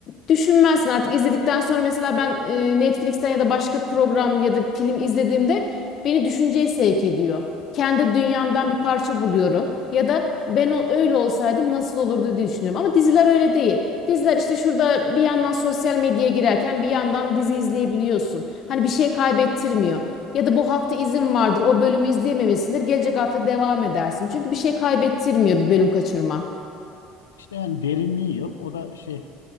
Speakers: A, on the left; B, on the left.
A: düşünmezsin artık izledikten sonra mesela ben e, Netflix'ten ya da başka program ya da film izlediğimde beni düşünceye sevk ediyor. Kendi dünyamdan bir parça buluyorum ya da ben o, öyle olsaydım nasıl olurdu diye düşünüyorum ama diziler öyle değil. Diziler işte şurada bir yandan sosyal medyaya girerken bir yandan dizi izleyebiliyorsun. Hani bir şey kaybettirmiyor. Ya da bu hafta izin vardır, o bölümü izleyememişsindir. Gelecek hafta devam edersin. Çünkü bir şey kaybettirmiyor bir bölüm kaçırma.
B: İşte yani derinliği yok. O da şey